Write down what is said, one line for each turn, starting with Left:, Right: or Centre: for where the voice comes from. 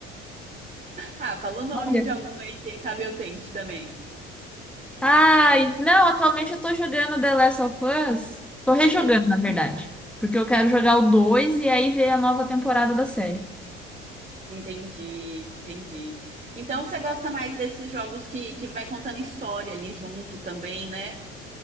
Right: Ah, fala o nome
Centre: Olha.
Right: de algum aí, quem sabe eu tente também.
Centre: Ai, não, atualmente eu tô jogando The Last of Us. Tô rejogando,
Right: Uhum.
Centre: na verdade. Porque eu quero jogar o 2 e aí ver a nova temporada da série.
Right: Entendi, entendi. Então você gosta mais desses jogos que, que vai contando história ali junto também, né?